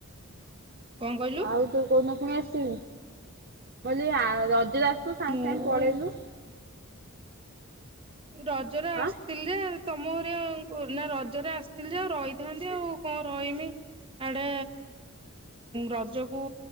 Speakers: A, on the right (about 25°); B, on the right (about 45°).
A: କଣ କହିଲୁ
B: ଆଉ ତୁ କୋଉଦିନ ପୁଣି ଆସିବୁ ବ ରଜ ତୁ ସାଙ୍ଗେ
A: ମୁଁ
B: ସାଙ୍ଗେ ପଳେଇଲୁ
A: ରଜରେ ଆସିଥିଲି
B: ଆଁ
A: ଯେ ତମ ଘ ନା ରଜରେ ଆସିଥିଲି ଯେ ଆଉ ରହିଥାନ୍ତି ଆଉ କଣ ରହିମି ଆଡେ ରଜ କୁ